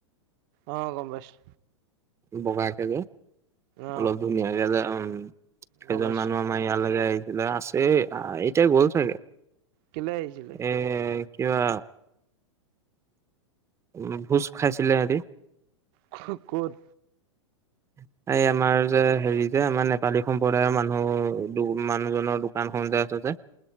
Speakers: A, on the right; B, on the right.
A: অ', গম পাইছোঁ।
B: বগাকে যে
A: অ
B: অলপ ধুনীয়াকে যে উ'ম সেইজন
A: গম পাইছো
B: মানুহ আমাৰ ইয়াত ভালে আহিছিলে আছে। এইটাই গ'ল চাগে।
A: কিনে আহিছিলে?
B: এ কিবা। উ'ম ভোজ খাইছিলে, সেহতি।
A: ক'ত?
B: <unintelligible> এই আমাৰ যে হেৰি যে আমাৰ নেপালী সম্প্ৰদায়ৰ মানুহ- মানুহজনৰ দোকানখন যে আছে। যে।